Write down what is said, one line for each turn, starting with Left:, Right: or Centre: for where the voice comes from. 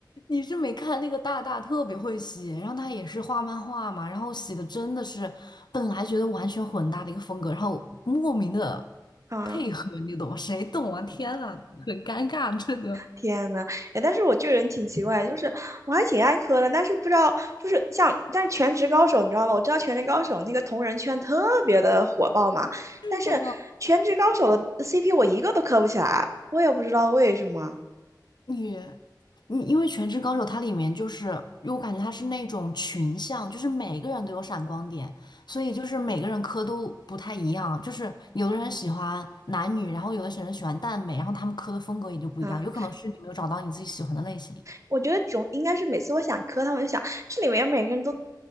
Left: 你是没看那个大大特别会写，然后他也是画漫画嘛，然后写的真的是本来觉得完全混搭的一个风格，然后莫名的
Right: 嗯，
Left: 配合，你懂吗？谁懂啊？天啊，很尴尬这个。
Right: 天呐，哎，但是我这个人挺奇怪，就是我还挺爱磕的，但是不知道，就是像，但是全职高手你知道吗？我知道全职高手那个同人圈特别的火爆嘛，
Left: 是的，
Right: 但是全职高手的 CP 我一个都磕不起来，我也不知道为什么。
Left: 你，你因为《全职高手》它里面就是，因为我感觉它是那种群像，就是每个人都有闪光点，所以就是每个人磕都不太一样，就是有的人喜欢男女，然后有的人喜欢耽美，然后他们磕的风格也就不一样，
Right: 啊。
Left: 有可能是你没有找到你自己喜欢的类型。
Right: 我觉得总应该是每次我想磕他们，就想这里面每个人都